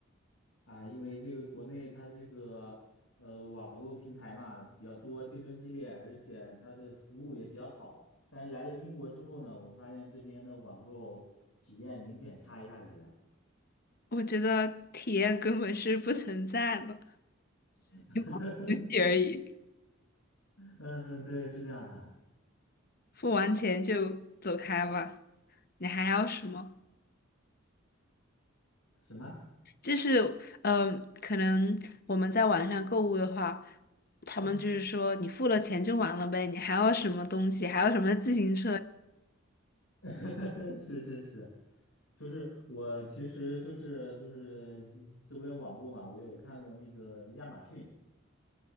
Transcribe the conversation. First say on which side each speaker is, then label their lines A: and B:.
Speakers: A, on the left; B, on the left.
A: 啊，因为这个国内它这个呃网络平台嘛比较多，竞争激烈，而且它的服务也比较好。但是来了英国之后呢，我发现这边的网购体验明显差一大截。
B: 我觉得体验根本是不存在的，
A: <laughs>
B: <laughs> 游戏而已，
A: 嗯，对，是这样的。
B: 付完钱就走开吧。你还要什么？
A: 什么？
B: 就是嗯、呃可能我们在网上购物的话，他们就是说你付了钱就完了呗，你还要什么东西，还要什么自行车？
A: 嗯 <laughs>，是是是，就是我其实就是就是这边网购嘛，我有看过那个亚马逊。